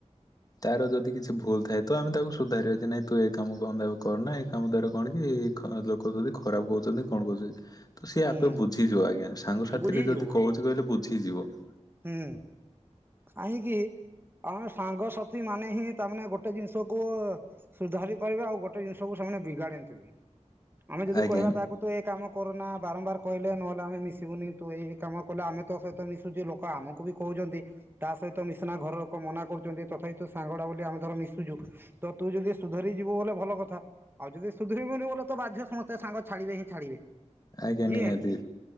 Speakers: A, on the left (about 30°); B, on the right (about 20°).
A: ତାର ଯଦି କିଛି ଭୁଲ ଥାଏ ତ ଆମେ ତାକୁ ସୁଧାରିବା ଯେ ନାଇଁ ତୁ ଏ କାମ କନାବେ କରନା ଏ କାମ ଦ୍ଵାରା କଣ କି କି ଖ ଲୋକ ତତେ ଖରାପ କଉଚ଼ନ୍ତି କଣ କହୁଚ଼ଇ । ତ ସିଏ
B: ହୁଁ
A: ଆପେ ବୁଝିଯିବ ଆଜ୍ଞା ସାଙ୍ଗସାଥି
B: ବୁଝିଯିବ
A: ଦେ ଯଦି
B: ବୁଝ
A: କହୁଚ଼ି କହିଲେ ବୁଝିଯିବ ।
B: ହୁଁ କାହିଁକି? ଆମ ସାଙ୍ଗସାଥି ମାନେ ହିଁ ତା ମାନେ ଗୋଟେ ଜିନିଷକୁ ଅ ସୁଧାରି ପାରିବେ ଆଉ ଗୋଟେ ଜିନଷକୁ ସ ଏମାନେ ବିଗାଡନ୍ତିବି ଆମେ ଯଦି
A: ଆଜ୍ଞା
B: କହିବା ତାକୁ ତ ଏ କାମ କରନା ବାରମ୍ବାର କହିଲେ ନହେଲେ ଆମେ ମିଶିବୁନି ତୁ ଏଇ କାମ କଲେ ଆମେ ତୋ ସହିତ ମିଶୁଚ଼ି ଲୋ କ ଆମକୁ ବି କହୁଚ଼ନ୍ତି ତା ସହିତ ମିଶିନା ଘର ଲୋକ ମନା କରୁଚ଼ନ୍ତି ତଥାପ ତୋ ସାଙ୍ଗ ଡ଼ା ବୋଲି ଆମେ ଧର ମିଶୁଚୁ । ତ ତୁ ଯଦି ସୁଧରି ଯିବୁ ବୋଲେ ଭଲ କଥା ଆଉ ଯଦି ସୁଧରିବୁନି ବଲେ ତ ବାଧ୍ୟ୍ୟ ସମସ୍ତେ ସାଙ୍ଗ ଛାଡିବେ ହିଁ ଛାଡିବେ ।
A: ଆଜ୍ଞା
B: ଯିଏ
A: ନିହାତି
B: ହେଲେ ବି